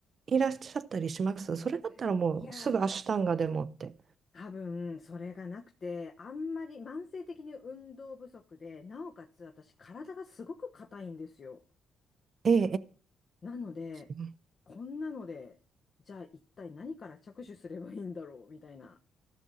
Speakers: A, on the right; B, on the left.
A: いらっしゃったりしますそれだったらもうすぐアシュタンガでもって。
B: まあ、い、いや、多分、それがなくて、あんまり慢性的に運動不足で、なおかつ私、体がすごく硬いんですよ。
A: ええ、
B: なので、
A: ええ。
B: こんなので、じゃあ一体何から着手すればいいんだろう、みたいな、